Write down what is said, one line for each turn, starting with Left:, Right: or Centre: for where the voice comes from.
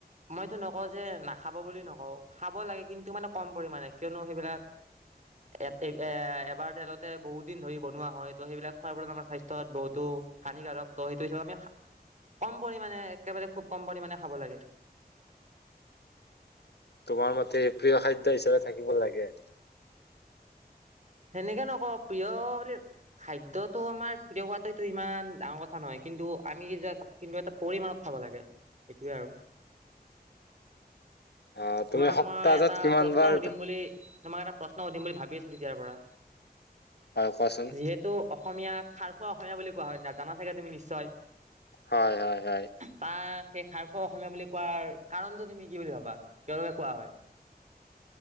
Right: মইতো নকওঁ যে নাখাব বুলি নকওঁ খাব লাগে কিন্তু মানে কম পৰিমণে কিয়নো সেইবিলাক এ-এ-এ এবাৰ তেলতে বহুত দিন ধৰি বনোৱা হয়, ত' সেইবিলাক খোৱাৰ ফলত আমাৰ স্বাস্থ্যত বহুতো টো হানিকাৰক, ত' সেইটো-সেইটোকাৰণে কম পৰিমাণে একেবাৰে খুব কম পৰিমাণে খাব লাগে।
Left: তোমাৰ মতে প্ৰিয় খাদ্য হিচাপে থাকিব লাগে।
Right: সেনেকে নকওঁ প্ৰিয় বুলি খাদ্যটো আমাৰ প্ৰিয় হোৱাটো এইটো ইমান ডাঙৰ কথা নহয়, কিন্তু আমি যে, কিন্তু এটা পৰিমানত খাব লাগে, সেইটোৱেই আৰু।
Left: আহ তুমি
Right: তোমাক
Left: সপ্তাহত
Right: মই এটা
Left: কিমান
Right: প্ৰশ্ন
Left: বাৰ
Right: সুধিম বুলি তোমাক এটা প্ৰশ্ন সুধিম বুলি ভাবি আছো তেতিয়াৰ পৰা।
Left: হয় কোৱাচোন
Right: যিহেতু অসমীয়াক খাৰখুৱা অসমীয়া বুলি কোৱা হয়, জানা চাগে তুমি নিশ্চয়।
Left: হয় হয় হয়।
Right: তাক সেই খাৰখোৱাৱা অসমীয়া বুলি কোৱাৰ কাৰণটো তুমি কি বুলি ভাবা, কিহৰ কাৰণে কোৱা হয়?